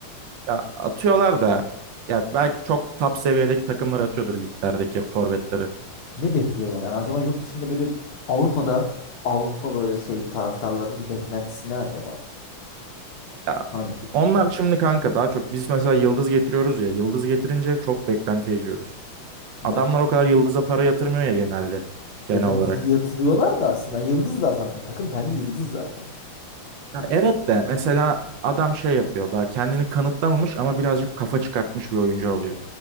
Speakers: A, on the right (about 70°); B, on the left (about 75°).
A: ya atıyorlar da ya belki çok top seviyedeki takımlar atıyordur liglerdeki forvetleri.
B: Ne bekliyorlar yani acaba yurt dışında böyle Avrupa'da Avrupa böyle şey taraftarlarının beklentisi ne acaba?
A: Ya
B: Hani
A: onlar şimdi kanka daha çok biz mesela yıldız getiriyoruz ya yıldız getirince çok beklentiye giriyoruz.
B: değil
A: Adamlar
B: mi?
A: o kadar yıldıza para yatırmıyor ya genelde genel
B: Ya yat-
A: olarak.
B: yatırıyorlar da aslında yıldızlar zaten. Takım kendi yıldız zaten.
A: Ya
B: Yani
A: evet de mesela adam şey yapıyor daha kendini kanıtlamamış ama birazcık kafa çıkartmış bir oyuncu alıyor.